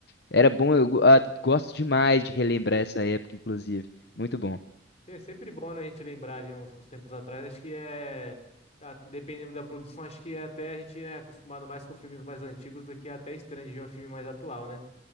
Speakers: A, on the left; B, on the left.
A: Era bom, eu go- ah, gosto demais de relembrar essa época, inclusive. Muito bom.
B: É sempre bom, né, a gente lembrar ali uns, uns tempos atrás. Acho que é, a- dependendo da produção, acho que é até a gente é acostumado mais com filmes mais antigos do que é até estranho de ver um filme mais atual, né?